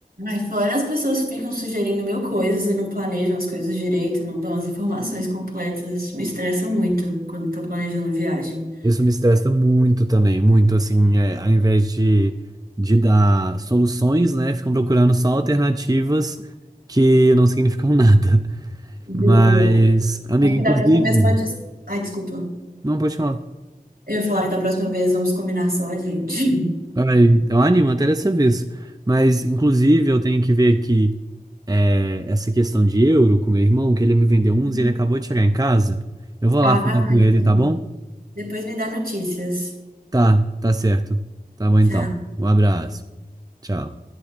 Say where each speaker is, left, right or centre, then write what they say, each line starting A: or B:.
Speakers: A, on the right; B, on the right.
A: Ai, fora as pessoas que ficam sugerindo mil coisas e não planejam as coisas direito, não dão as informações completas. Isso me estressa muito quando tá planejando viagem.
B: Isso me estressa muito também, muito assim, é, ao invés de, de dar soluções, né? Ficam procurando só alternativas que não significam <laughs> nada.
A: Juro.
B: Mas, amiga,
A: Acho que
B: inclusive,
A: da próxima vez pode. Ai, desculpa.
B: não pode falar.
A: Eu ia falar que da próxima vez vamos combinar só, gente.
B: Ai, eu animo até dessa vez. Mas, inclusive, eu tenho que ver aqui é, essa questão de euro com meu irmão, que ele me vendeu uns
A: <laughs>
B: e ele acabou de chegar em casa. Eu vou
A: Ah,
B: lá falar
A: vai lá
B: com
A: então.
B: ele, tá bom?
A: Depois me dá notícias.
B: Tá, tá certo. Tá bom então.
A: Tchau.
B: Um abraço. Tchau.